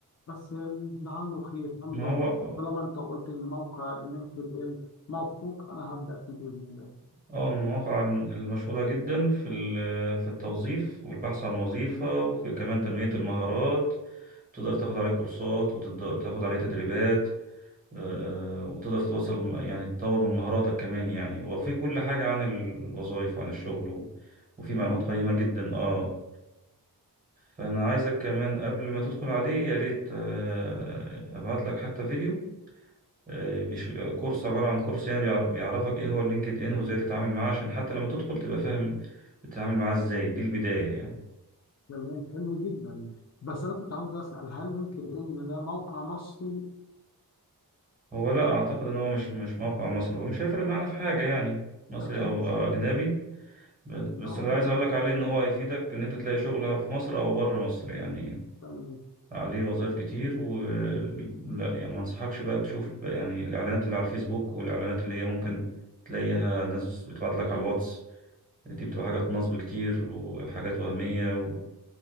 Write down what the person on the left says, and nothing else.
بس لعله خير هنجرب
وطالما أنت قلت إن موقع لينكد إن موثوق أنا هبدأ فيه بإذن الله
جميل
جدا
تمام حلو جدا بس انا كنت عاوز اسال هل لينكد ان ده موقع مصري
اكيد
مش
هيفرق
كتير.
ما
هو
مش
هتفرق
كتير.
تمام